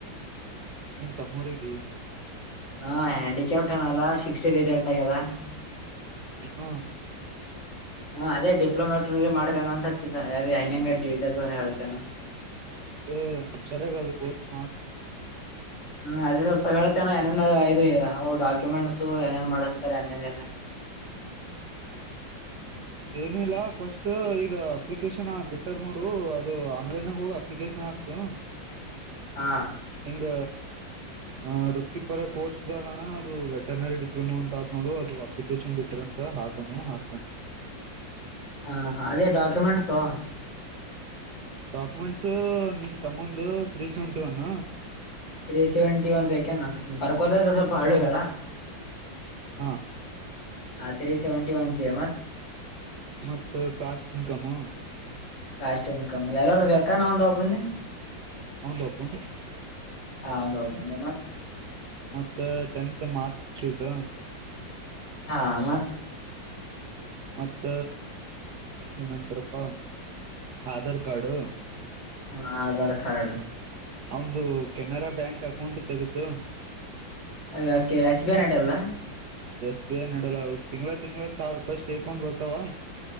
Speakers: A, on the right (about 65°); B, on the left (about 75°).
A: ನಿಮ್ ತಮ್ಮೂರಿಗೆ.
B: ಹಾ ಹ್ಯಾಂಡಿಕ್ಯಾಪ್ಟ್ ಅನಲ್ಲ ಸಿಕ್ಸ್ ರಿಸಲ್ಟ್ ಆಗ್ಯದ.
A: ಹಾ.
B: ಹಾ ಅದೇ ಡಿಪ್ಲೊಮ ವೆಟರ್ನರಿ ಮಾಡಿರೇನ ಅಂತ ಹಚ್ಚಿದ ಅ ಹೆಂಗ ಡಡಿಟೇಲ್ಸ್ ಅ ಹೇತೇನ.
A: ಏ ಸರಿಗದು ಕೋರ್ಸ್ ಮಾಡಸ್.
B: ಹ್ಮ ಅದ್ರ ಸ್ವಲ್ಪ ಹೇಳೇಳನ ಏನೇ ಇದು ಹಾವು ಡಾಕ್ಯುಮೆಂಟ್ಸ್ ಏನೇನ್ ಮಾಡಿಸ್ತಾರೆ ಅನ್ನೇಲ್ಲ.
A: ಏನು ಇಲ್ಲ ಫಸ್ಟ್ ಈಗ ಅಪ್ಲಿಕೇಶನ್ ಬಿಟ್ಟಾರ ನೋಡು ಅದು ಆನ್ಲೈನ ನ್ಯಾಗ ಹೋಗ. ಅಪ್ಲಿಕೇಶನ್ ಹಾಕಸ.
B: ಹಾ.
A: ಹೆಂಗ. ಆ ವೃತ್ತಿಪರ ಕೋರ್ಸ್ ಅಣ್ಣ ಅದು ವೆಟೆನರಿ ಡಿಪ್ಲೊಮಾ ಅಂತ ಅ ಆದ್ ನೋಡು ಅದು. ಅಪ್ಲಿಕೇಶನ್ ಬಿಟ್ಟ್ರ ಅಂತ ಹಾಕನು ಹಾಕ್ತಾನ.
B: ಹಾ ಹಾ ಅದೇ ಡಾಕ್ಯುಮೆಂಟ್ಸೋ.
A: ಡಾಕ್ಯುಮೆಂಟ್ಸ್ ನಿಮ್ ತಮ್ಮಂದು three seventy one.
B: Three seventy one ಬೇಕೇನ ಪ ಬರ್ಕೋರ್ದ ಸ್ವಲ್ಪ
A: ಹ್ಮ
B: ಹಳ್ಳು ಬೇಳ.
A: ಹಾ.
B: ಹಾ ತ್ರೀ ಸೆವೆಂಟಿ ಒನ್ ಜಿ ಮತ್.
A: ಮತ್ ಕಾಸ್ಟ್ ಇನ್ಕಮ್.
B: ಕಾಸ್ಟ್ ಇನ್ಕಮ್ ಎಲೋರ್ದು ಬೇಕ್ಕ ನಂದೋಬುಂದೆ.
A: ಅವನ್ದು ಒಬ್ಬುಂದೆ.
B: ಹಾ ಅವ್ನ್ ಒಬ್ಬುಂದೆ ಮತ್.
A: ಮತ್ತೆ ಟೆಂತ್ ಮಾರ್ಕ್ಸ್ ಶೀಟ್.
B: ಹಾ ಮತ್.
A: ಮತ್ತ ಏನಂತಾರಪ್ಪ ಆಧಾರ್ ಕಾರ್ಡು.
B: ಹಾ ಆಧಾರ್ ಕಾರ್ಡ್.
A: ಅವನ್ದು ಕೆನರಾ ಬ್ಯಾಂಕ್ ಅಕೌಂಟ್ ತೆಗೆಸು.
B: ಯಾಕೆ ಎಸ್ ಬಿ ಐ ನಡೆಲ್ಲ.
A: ಎಸ್ ಬಿ ಐ ನಡೆಲ್ಲ ಅವ್ ತಿಂಗಗಳ ತಿಂಗಗಳ ಸಾವ್ರೂಪಾಯಿ ಸ್ಟೇಕೊಂಡ್ ಬರ್ತಾವ.